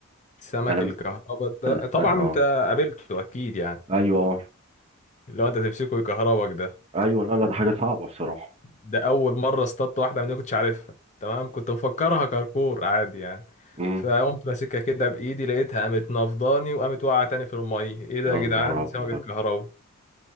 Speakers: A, on the left; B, on the right.
A: سمك
B: انا م-
A: الكهرباء ده
B: ال-
A: طبعا
B: اه
A: انت قابلته اكيد يعني
B: ايوه اه
A: لو انت تمسكه يكهربك ده
B: ايوه لا لا ده حاجه صعبه بصراحه
A: ده اول مره اصطدت واحده من دي ما كنتش عارفها تمام كنت مفكرها كركور عادي يعني
B: امم
A: فقمت ماسكها كده بايدي لقيتها قامت نفضاني وقامت واقعه تاني في الميه ايه ده
B: يا
A: يا جدعان
B: نهار ابيض
A: دي سمكه كهرباء